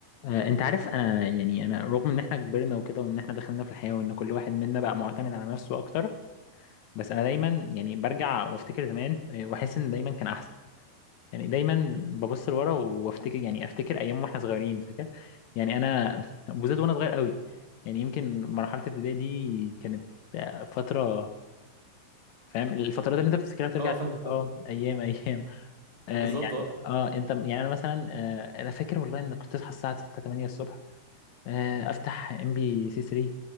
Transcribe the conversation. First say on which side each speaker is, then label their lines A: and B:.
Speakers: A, on the left; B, on the right.
A: آه، انت عارف انا يعني انا رغم ان احنا كبرنا وكده وان احنا دخلنا في الحياة وان كل واحد منا بقى معتمد على نفسه اكتر بس انا دايما يعني برجع وافتكر زمان آه، واحس ان دايما كان احسن يعني دايما ببص لورا وافتكر يعني افتكر ايام واحنا صغيرين فاكر يعني انا <laughs> بالذات وانا صغير قوي يعني يمكن مرحلة الابتدائي دي كانت آه، فترة فاهم الفترات اللي انت بتفتكرها ترجع
B: اه
A: تقول
B: فاهمك
A: اه
B: اه
A: ايام <laughs> ايام آه
B: بالظبط
A: يعني
B: اه
A: اه انت يعني انا مثلا آه انا فاكر والله ان كنت اصحى الساعة 6 8 الصبح آه، افتح ام بي سي 3